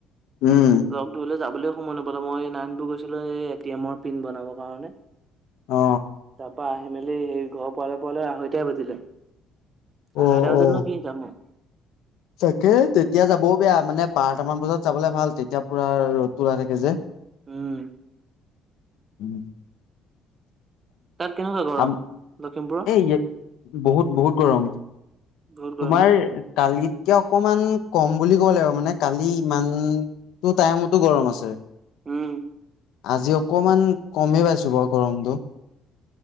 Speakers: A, on the left; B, on the right.
A: উম।
B: লগ ধৰিলে যাব। বোলে সময় নাপালো মই নাইনডো গৈছিলো এই এ টি এমৰ পিন বনাবৰ কাৰণে-
A: অ।
B: ত আহি মেলি সেই ঘৰৰ পোৱালে পোৱালে আঢ়ৈ টাই বাজিলে। <unintelligible>
A: অ', অ'।
B: নো কি যাম আও
A: তাকে তেতিয়া যাবও বেয়া মানে বাৰটামান বজাত যাব ভাল তেতিয়া পুৰা ৰ'দটো ওলাই থাকে যে।
B: উম
A: উম
B: তাত কেনেকুৱা গৰম
A: উ
B: লখিমপুৰত
A: এই বহুত বহুত গৰম
B: বহুত গৰম
A: তোমাৰ
B: ন
A: কালগীত এতিয়া অকমান কম বুলি ক'লে আৰু মানে কালি ইমানো টাইমতো গৰম আছে।
B: উম
A: আজি অকমান কমে পাইছো বাৰু গৰমটো